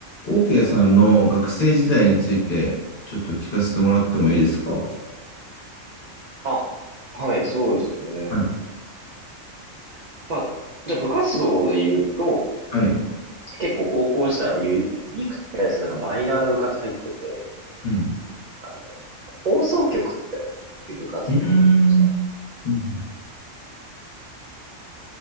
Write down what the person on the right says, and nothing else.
あ、はい、そうですね。
まあ、じゃあ部活動で言うと、
結構高校時代はユ、ユニークって言ったんですけど、なんかマイナーな部活入ってて、
あの、放送局っていう部活に入ってました。